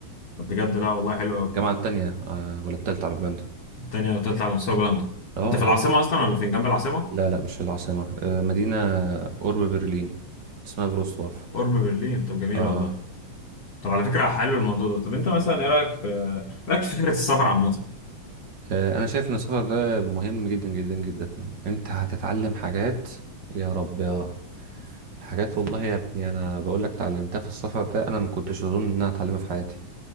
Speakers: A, on the left; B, on the right.
A: طب بجد لا والله حلو قوي
B: الجامعه التانية آه ولا التالتة على بولندا
A: التانية والتالتة على مستوى بولندا
B: اه آه.
A: انت في العاصمة اصلا ولا فين جنب العاصمة
B: لا لا مش العاصمه آه مدينه قرب برلين اسمها فروستواف
A: قرب برلين طب جميلة
B: اه
A: والله طب على فكرة حلو الموضوع ده طب انت مثلا ايه رأيك في إيه رأيك في فكرة السفر عامة
B: آه، انا شايف ان السفر ده مهم جدا جدا جدا انت هتتعلم حاجات يا رب اه حاجات والله يا ابني انا بقول لك اتعلمتها في السفر ده انا ما كنتش اظن ان انا هتعلمها في حياتي